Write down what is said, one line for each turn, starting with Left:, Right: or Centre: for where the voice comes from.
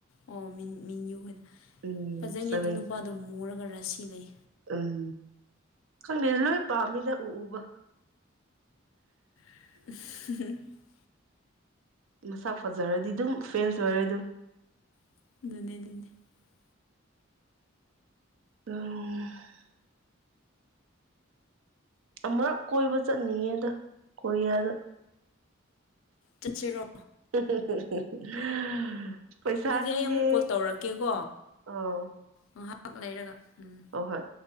Left: ꯑꯣ ꯃꯤ ꯃꯤꯡ ꯌꯨ ꯍꯥꯏꯅꯣ
Right: ꯎꯝ
Left: ꯐꯖꯩꯅꯤ
Right: ꯁꯚꯦꯟ
Left: ꯑꯗꯨ ꯅꯨꯄꯥꯗꯣ ꯃꯨꯔꯒ ꯔꯁꯤ ꯂꯩ
Right: ꯎꯝ ꯈꯪꯗꯦꯗ ꯂꯣꯏ ꯄꯥꯝꯃꯤꯅ ꯎ ꯎꯕ
Left: <unintelligible>
Right: ꯃꯁꯥ ꯐꯖꯔꯗꯤ ꯑꯗꯨꯝ ꯐꯦꯟꯁ ꯑꯣꯏꯔꯦ ꯑꯗꯨꯝ
Left: <unintelligible>
Right: ꯇꯝ ꯑꯃꯛ ꯀꯣꯏꯕ ꯆꯠꯅꯤꯡꯉꯦꯗ ꯀꯣꯔꯤꯌꯥꯗ
Left: ꯆꯠ ꯆ ꯆꯩꯔꯣ
Right: <unintelligible> ꯄꯩꯁꯥꯅꯤꯅꯦ
Left: ꯑꯗꯨꯗꯤ ꯑꯩ ꯑꯃꯨꯛ ꯀꯣꯜ ꯇꯧꯔꯛꯀꯦꯀꯣ
Right: ꯍꯣꯏ
Left: ꯉꯥꯏꯍꯥꯛ ꯂꯩꯔꯒ ꯎꯝ
Right: ꯑ ꯍꯣꯏ